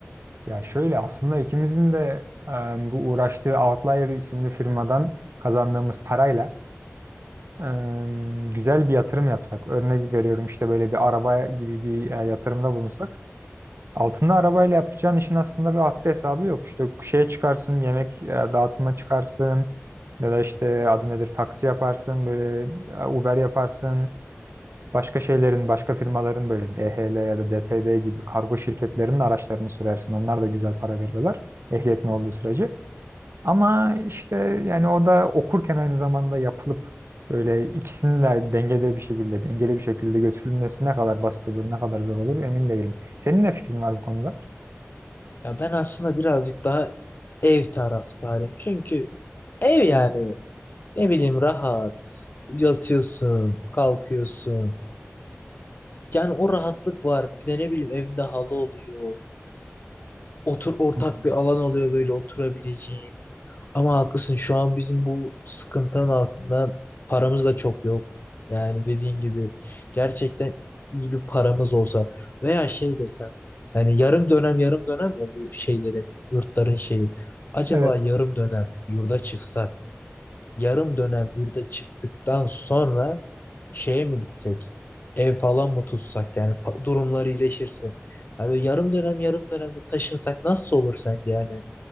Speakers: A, on the right (about 60°); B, on the left (about 45°).
A: Ya şöyle aslında ikimizin de e, bu uğraştığı Outlier isimli firmadan kazandığımız parayla e, güzel bir yatırım yapsak. Örnek veriyorum işte böyle bir araba gibi bir e, yatırımda bulunsak Altında arabayla yapacağın işin aslında bir haddi hesabı yok. İşte şeye çıkarsın, yemek e, dağıtıma çıkarsın ya da işte adı nedir taksi yaparsın, böyle e, Uber yaparsın. Başka şeylerin, başka firmaların böyle DHL ya da DPD gibi kargo şirketlerinin araçlarını sürersin. Onlar da güzel para veriyorlar ehliyetin olduğu sürece. Ama işte yani o da okurken aynı zamanda yapılıp böyle ikisinin de dengede bir şekilde, dengeli bir şekilde götürülmesi ne kadar basit olur, ne kadar zor olur emin değilim. Senin ne fikrin var bu konuda?
B: Ya ben aslında birazcık daha ev taraftarıyım. Çünkü ev yani ne bileyim rahat. Yatıyorsun, kalkıyorsun. Yani o rahatlık var. Bir de ne bileyim evde halı oluyor. Otur ortak
A: Hmm.
B: bir alan oluyor böyle oturabileceğin. Ama haklısın şu an bizim bu sıkıntının altından paramız da çok yok. Yani dediğin gibi gerçekten iyi bir paramız olsa veya şey desem yani yarım dönem yarım dönem ya bu şeylerin yurtların şeyi. Acaba
A: Evet.
B: yarım dönem yurda çıksak yarım dönem yurda çıktıktan sonra şeye mi gitsek ev falan mı tutsak yani pa- durumları iyileşirse. Yani yarım dönem yarım dönemde taşınsak nasıl olur sence yani